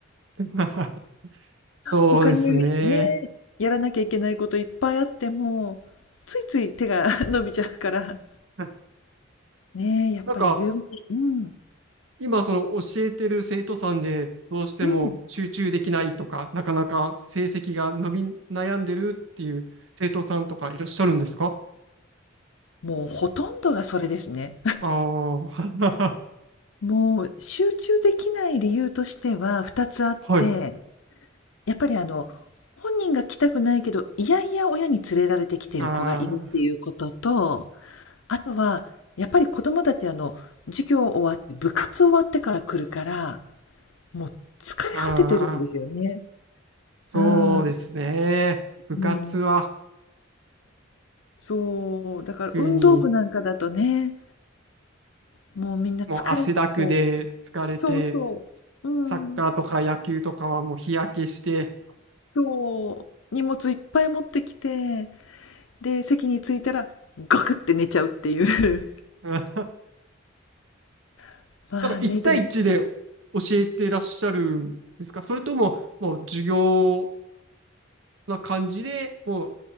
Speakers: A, on the right (about 70°); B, on the left (about 75°).
A: <laughs> そうですね。
B: 他にね、やらなきゃいけないこといっぱいあっても、ついつい手が <laughs> 伸びちゃうから。
A: な
B: ねえ、やっぱり誘惑。
A: んか、
B: うん。
A: 今、その教えてる生徒さんで、どうしても集中できないとか、
B: うん。
A: なかなか成績が伸び悩んでるっていう生徒さんとかいらっしゃるんですか
B: もうほとんどがそれですね。
A: ああー、<laughs>
B: もう集中できない理由としては2つあって、
A: はい。
B: やっぱりあの、本人が来たくないけど、いやいや親に連れられてきてる子がいるっていうことと、
A: あ
B: あとはやっぱり子供たちあの、授業終わって、部活終わってから来るから、もう疲れ果ててるんですよね。
A: あ、ああ、そうですね。
B: うん、
A: 部活は、
B: うん。そう、だから運動部なんかだとね、
A: 特に、
B: もうみんな疲れてきちゃう。
A: もう汗だくで疲れて、
B: そうそう。うん。
A: サッカーとか野球とかはもう日焼けして、
B: そう、荷物いっぱい持ってきて、で、席に着いたら、ガクって寝ちゃうっていう。
A: うん
B: <laughs> まあね、
A: なんか1対一で教
B: でも、
A: えてらっしゃるんですかそれとも、もう授業な感じで、もう